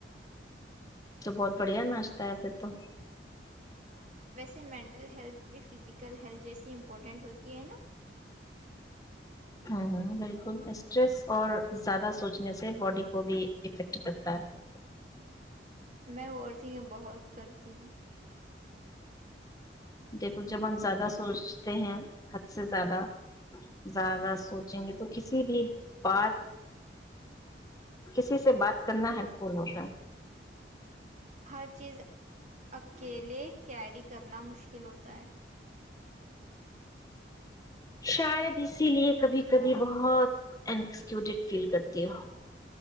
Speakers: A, on the left (about 20°); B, on the right (about 40°).
A: تو بہت بڑھیا ناشتا ہے پھر تو
B: ویسے مینٹل ہیلتھ بھی فزیکل ہیلتھ جیسی امپورٹنٹ ہوتی ہے نا
A: ہمم ہمم بالکل اسٹریس اور زیادہ سوچنے سے باڈی کو بھی افیکٹ کرتا ہے
B: میں اوورتھنگے بہت کرتی ہوں
A: دیکھو جب ہم زیادہ سوچتے ہیں حد سے زیادہ زیادہ سوچیں گے تو کسی بھی بات کسی سے بات کرنا ہیلپفل ہوتا ہے
B: ہر چیز اکیلے کیری کرنا مشکل ہوتا ہے
A: شاید اسی لیے کبھی کبھی بہت انسکیوڈ فیل کرتی ہو